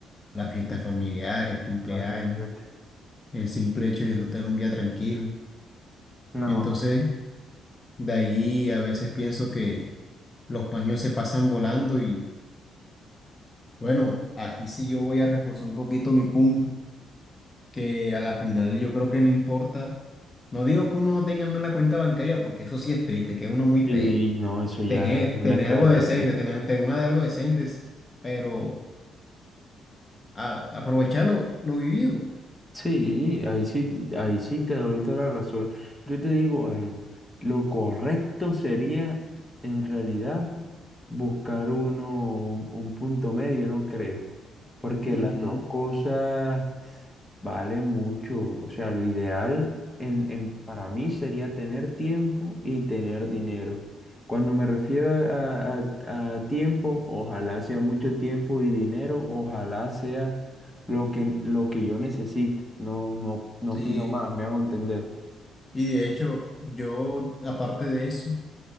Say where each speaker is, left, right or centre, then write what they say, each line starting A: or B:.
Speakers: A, on the left (about 25°); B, in the centre.
A: las fiestas familiares, cumpleaños,
B: imagínate.
A: el simple hecho de disfrutar un día tranquilo.
B: No,
A: Entonces, de ahí a veces pienso que los paños se pasan volando Bueno, aquí sí yo voy a reforzar un poquito mi punto, que a la final yo creo que no importa, no digo que uno no tenga en la cuenta bancaria, porque eso sí es triste, que uno muy pay,
B: y no, eso ya
A: tener,
B: es una
A: tener
B: exageración.
A: algo decente, tener, tener una de algo decente, pero a- aprovechar lo, lo vivido.
B: Sí, ahí sí, ahí sí te doy toda la razón. Yo te digo algo, lo correcto sería en realidad buscar uno, un, un punto medio, ¿no crees? porque
A: Ujú,
B: las dos cosas valen mucho. O sea, lo ideal en, en- para mí sería tener tiempo y tener dinero. Cuando me refiero a, a- a tiempo, ojalá sea mucho tiempo y dinero, ojalá sea lo que, lo que yo necesite. No, no, no
A: sí,
B: pido más, me hago entender.
A: y de hecho yo, aparte de eso,